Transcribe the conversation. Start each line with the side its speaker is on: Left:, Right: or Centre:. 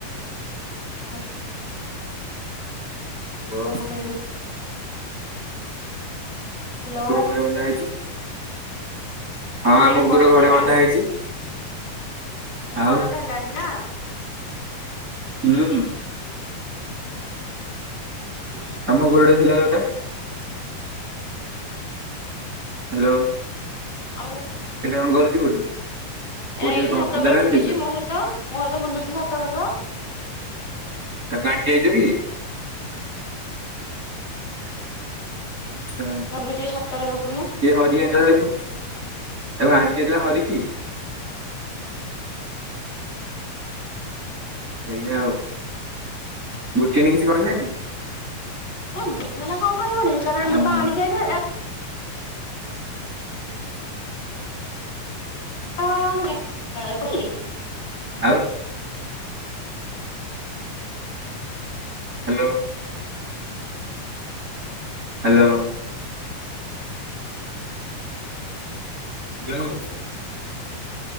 Left: ହଉ।
Right: ହ୍ୟାଲୋ
Left: କଣ କହିବି? ହ୍ୟାଲୋ
Right: ଆ କୁକୁର ଘରେ ବଧା ହେଇଛି। ହଁ,
Left: ସେ
Right: ଆମ
Left: ହେଲାଣି
Right: କୁକୁର
Left: ବଡଟେ
Right: ଘରେ
Left: ନା?
Right: ବନ୍ଧା ହେଇଛି।
Left: ସେ
Right: ଆଉ
Left: ବଡଟା ହେଲାଣି ନା।?
Right: ହୁଁ।
Left: ହୁଁ ହୁଁ।
Right: ତମ କୁକୁରଟେ ଥିଲା ଯୋଟା? ହ୍ୟାଲୋ,
Left: ଆମ
Right: କେଟା କଣ କରଛି କୋଉଠି? କୋଉଠି
Left: ଏଇଟା ଏଇଠି
Right: ପ
Left: ସାତ
Right: ପଦାରେ
Left: ପରେ
Right: ଆଣି
Left: ବୁଲୁଛି,
Right: ଦେଇଛ?
Left: ମୋ ସହିତ ମୋ ସହିତ ବୁଲୁଛି ସାତ ପର ବା।
Right: କକାଣ କେ ଯି <unintelligible> ଆଛା
Left: ବୁଲୁଛି ଏଇ ଛାତରେ ଦେଖୁନୁ।
Right: କି ହରିିଆ <unintelligible> ତାକୁ ଆଣିକି ଆ ହରିକି ସେଇ ଆଉ ବୁର୍କଣି କିଛି କହିଲାନି
Left: ଏ ବୁଟନାନା କଣ କହିଵ ଢେଙ୍କାନାଳଣ୍ଡୁପା
Right: ହଁ ହଁ
Left: ଆଣିକି ଆଇଲା? <unintelligible>
Right: ଆଉ! Hello! Hello! Hello!